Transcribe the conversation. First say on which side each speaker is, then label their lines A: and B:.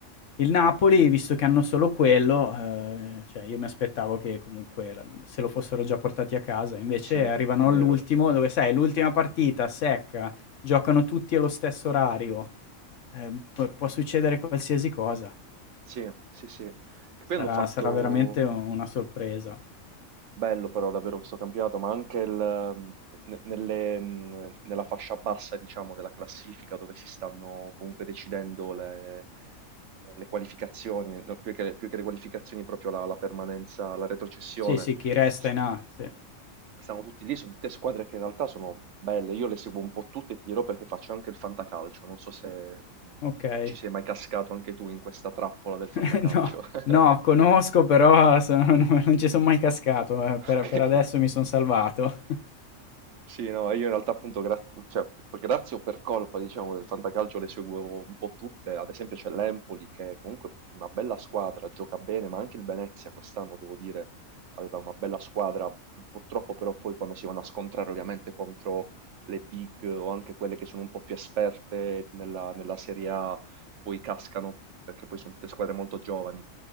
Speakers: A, on the left (about 65°); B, on the right (about 65°).
A: Il Napoli, visto che hanno solo quello, ehm, cioè io mi aspettavo che comunque la se lo fossero già portati a casa, invece
B: sì,
A: arrivano
B: vero,
A: all'ultimo dove sai l'ultima partita secca, giocano tutti allo stesso orario, ehm, p può succedere qualsiasi cosa.
B: sì, sì, sì, che
A: Sarà
B: poi hanno fatto,
A: sarà veramente u una sorpresa.
B: Bello però davvero questo campionato, ma anche il, ehm, ne- nelle, mh, nella fascia bassa, diciamo, della classifica dove si stanno comunque decidendo le, le qualificazioni, no, più che, più che le qualificazioni, proprio la, la permanenza, la retrocessione.
A: Sì, sì, chi resta
B: S-
A: in A, sì.
B: Stanno tutti lì, sono tutte squadre che in realtà sono belle. Io le seguo un po' tutte, ti dirò perché faccio anche il fantacalcio. Non so se mh,
A: Okay.
B: ci sei mai cascato anche tu in questa trappola del
A: <laughs>
B: fantacalcio.
A: No,
B: <laughs>
A: no, conosco però sono <laughs> no non ci son mai cascato, eh, per
B: Okay.
A: per adesso mi son salvato. <laughs>
B: Sì, no, io in realtà appunto gra cioè p grazie o per colpa diciamo del fantacalcio le seguo un po' tutte, ad esempio c'è l'Empoli che è comunque una bella squadra, gioca bene, ma anche il Venezia quest'anno devo dire aveva una bella squadra, mhmm, purtroppo però poi quando si vanno a scontrare ovviamente contro le big o anche quelle che sono un po' più esperte nella nella Serie A, poi cascano, perché poi son tutte squadre molto giovani.